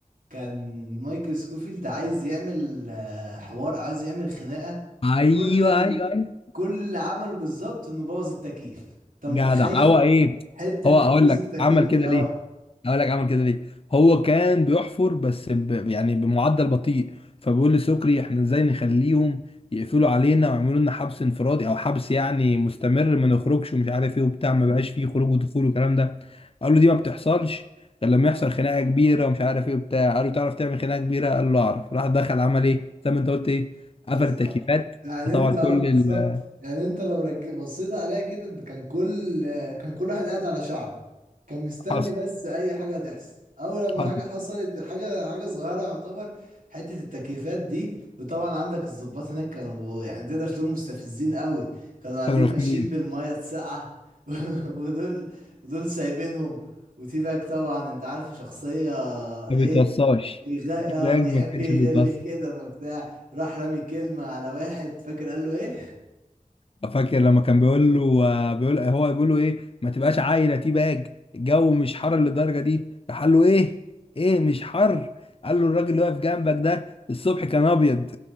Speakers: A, on the right; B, on the left.
A: كان مايكل سكوفيلد عايز يعمل آه، حوار عايز يعمل خناقة
B: ايوه
A: كل ال...
B: ايوه ايوه
A: كل اللي عمله بالظبط انه بوظ التكييف انت متخيل
B: جدع هو ايه
A: حته
B: هو
A: تبويظ
B: اقول لك
A: التكييف
B: عمل كده
A: دي اه
B: ليه اقول لك عمل كده ليه هو كان بيحفر بس ب... يعني بمعدل بطيء فبيقول لسكري احنا ازاي نخليهم يقفلوا علينا ويعملوا لنا حبس انفرادي او حبس يعني مستمر ما نخرجش ومش عارف ايه وبتاع ما بقاش فيه خروج ودخول والكلام ده قال له دي ما بتحصلش غير لما يحصل خناقه كبيره ومش عارف ايه وبتاع قال له تعرف تعمل خناقه كبيره قال له اعرف راح دخل عمل ايه زي ما انت قلت ايه قفل
A: بالظبط
B: التكييفات
A: يعني
B: فطبعا
A: انت اه
B: كل
A: بالظبط
B: ال
A: يعني انت لو رك... بصيت عليها كده انت كان كل كان كل واحد قاعد على شعره كان مستني
B: حصل
A: بس اي حاجه تحصل اول لما
B: حصل
A: حاجه حصلت حاجه حاجه صغيره يعتبر حته التكييفات دي وطبعا عندك الضباط هناك كانوا يعني تقدر تقول مستفزين قوي كانوا قاعدين
B: كانوا رخمين
A: ماشيين بالميه الساقعه <laughs> ودول ودول سايبينهم وتي باك طبعا انت عارفه شخصيه
B: ما
A: ايه
B: بيتوصاش
A: بيغ... اه
B: الباك
A: بيحب
B: ما كانش
A: يغل
B: بيتوصى
A: كده ما بتاع راح رامي كلمة على واحد فاكر قال له ايه
B: فاكر لما كان بيقول له آه، بيقول هو بيقول له ايه ما تبقاش عايله تي باج الجو مش حر للدرجه دي راح قال له ايه ايه مش حر قال له الراجل اللي واقف جنبك ده الصبح كان ابيض